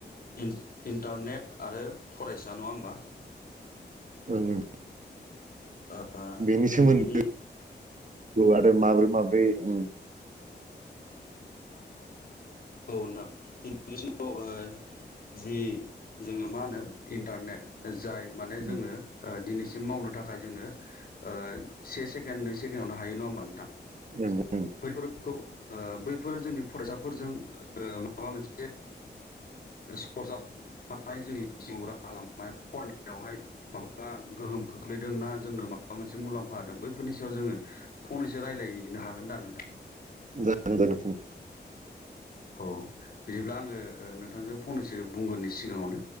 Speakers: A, on the left; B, on the right.
A: इन-इन्टारनेट आरो फरायसा नङा होमबा
B: ओं ओं
A: ओ
B: बेनि
A: दिनैनि
B: सोमोन्दोखौ आरो माब्रै माब्रै ओम
A: औ नोंथां दि समाव ओ जि जोङो मा होनो इन्टारनेट जाय माने जोङो
B: ओं
A: ओ दिनै सिम मावनो थाखाय जोंनो ओ से सेकेण्ड नै सेकेण्डआवनो हायो नङा होमबा नोंथां
B: ओं
A: बैफोरखौ ओ बैफोरो जोंनि फरायसाफोरजों ओ माबा मोनसे सरजाबनाय जोंनि जिउ राहा लामायाव फरायनायावहाय माबा गोहोम खोख्लैदों ना जोंनो माबा मोनसे मुलाम्फा होदों बैफोरनि सायाव जोङो फनैसो रायज्लायनो हागोना नोंथां
B: जागोन जागोन जागोन
A: औ बिदिब्ला आङो नोंथांजों फनैसो बुंगोरनि सिगाङावनो